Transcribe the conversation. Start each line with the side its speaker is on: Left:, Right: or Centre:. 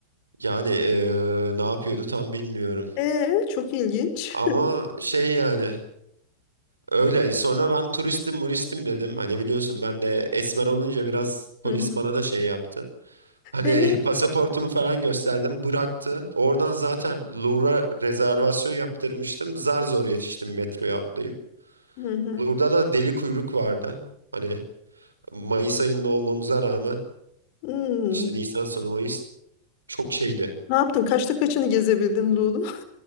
Right: yani ee, ne yapıyordu tam bilmiyorum.
Left: Ee, çok ilginç.
Right: Ama şey yani öyle sonra ben turistim muristim dedim. Hani biliyorsun ben de esmer olunca biraz polis
Left: <laughs> Hı
Right: bana da şey yaptı. Hani
Left: hı.
Right: <laughs> pasaportumu falan gösterdim. Bıraktı. Oradan zaten Louvre'a rezervasyon yaptırmıştım. Zar zor yetiştim metroya atlayıp.
Left: Hı hı.
Right: Louvre'da da deli kuyruk vardı. Hani Mayıs ayında olmamıza rağmen
Left: Hmm.
Right: işte Nisan sonu Mayıs çok şeydi.
Left: Ne yaptın? Kaçta kaçını gezebildin Lulu?